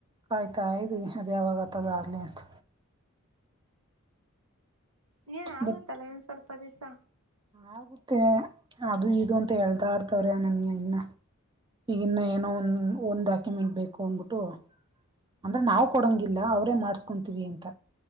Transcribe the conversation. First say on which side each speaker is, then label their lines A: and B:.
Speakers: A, on the right (about 20°); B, on the right (about 80°).
A: ಕಾಯ್ತಾ ಇದ್ವಿ ಅದ್ ಯಾವಾಗ್ ಆತದೋ ಆಗ್ಲಿ ಅಂತ
B: ಇನೆನ್ ಆಗುತ್ತಲ್ಲ
A: ಬಟ್
B: ಸ್ವಲ್ಪ ದಿಸ
A: ಆಗುತ್ತೆ ಅದು ಇದು ಅಂತ ಹೇಳ್ದಾಡ್ತಾವ್ರೆ ನನ್ಗೆ ಇನ್ನ ಇನ್ನ ಏನೋ ಒ ಒಂದು ಡಾಕ್ಯುಮೆಂಟ್ ಬೇಕು ಅನ್ಬಿಟ್ಟು ಅಂದ್ರೆ ನಾವು ಕೊಡಂಗಿಲ್ಲ ಅವ್ರೇ ಮಾಡಸ್ಕೊಂತೀವಿ ಅಂತ.